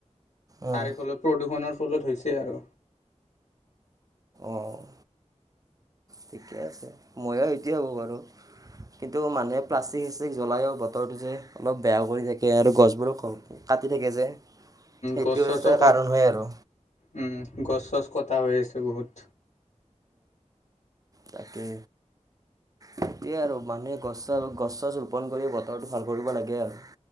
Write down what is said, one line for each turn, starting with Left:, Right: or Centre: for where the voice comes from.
Right: উম,
Left: তাৰে ফলত প্ৰদূষণৰ ফলত হৈছে আৰু।
Right: অঁ ঠিকে আছে ময়ো একোৱেই ভাবু বাৰো কিন্তু মানুহে প্লাষ্টিক- চাষ্টিক জ্বলায়ো ব বতৰটো যে অলপ বেয়াও কৰি থাকে আৰু গছবোৰো কাটি থাকে যে সেইটো
Left: গছ-চছ
Right: এটা
Left: ক'ত
Right: কাৰণ হয় আৰু
Left: উম গছ-চছ কটা হৈ আছে বহুত।
Right: তাকে। সেটোয়ে আৰু মানুহে গছ-চছ, গছ-চছ ৰোপন কৰি বতৰটো ভাল কৰিব লাগে আৰু